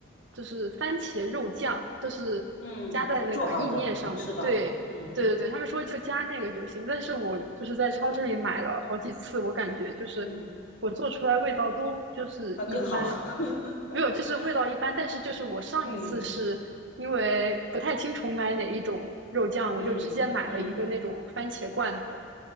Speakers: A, on the right; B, on the left.
A: 就是番茄肉酱，就是加在那个意面上面的。
B: 嗯，做好的是吧？
A: 对，
B: 嗯
A: 对对对，他们说就加那个就行。但是我就是在超市里买了好几次，我感觉就是
B: 嗯，
A: 我做出来味道都就是一般，
B: 那更好。<laughs>
A: 没有，就是味道一般。但是就是我上一次是因为不太清楚买哪一种肉酱，
B: 嗯嗯嗯。
A: 我就直接买了一个那种番茄罐头。